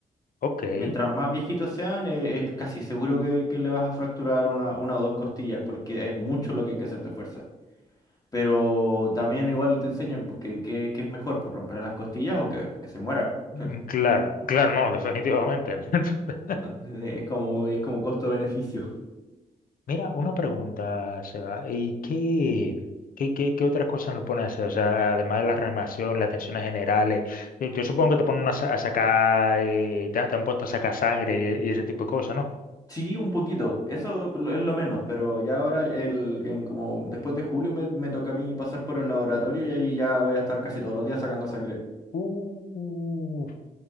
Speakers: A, on the left; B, on the left.
A: ok.
B: Mientras más viejitos sean, e- es casi seguro que, que le vas a fracturar una, una o dos costillas, porque es mucho lo que hay que hacer de fuerza. Pero también igual te enseñan pues, que, que- que es mejor, pues romper las costillas o que, que se muera.
A: Mm,
B: <laughs>
A: Claro, claro, no, definitivamente. <laughs>
B: Entonces, Es como, es como costo-beneficio.
A: Mira, una pregunta, Seba. ¿Y qué, qué, qué, qué otras cosas lo ponen a hacer? O sea, además de la reanimación, las tensiones generales. Yo, yo supongo que te ponen a, sa- a sacar, eh, te, han te han puesto a sacar sangre y, y ese tipo de cosas, ¿no?
B: Sí, un poquito, eso lo- es lo menos, pero ya ahora, el, en como después de julio me, me toca a mí pasar por el laboratorio y ahí ya voy a estar casi todos los días sacando sangre.
A: Uh,